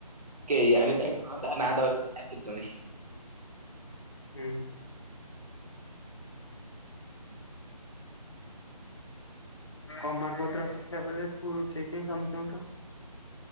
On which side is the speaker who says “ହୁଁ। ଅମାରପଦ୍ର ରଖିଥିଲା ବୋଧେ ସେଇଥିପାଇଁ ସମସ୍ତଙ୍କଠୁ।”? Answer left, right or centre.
Left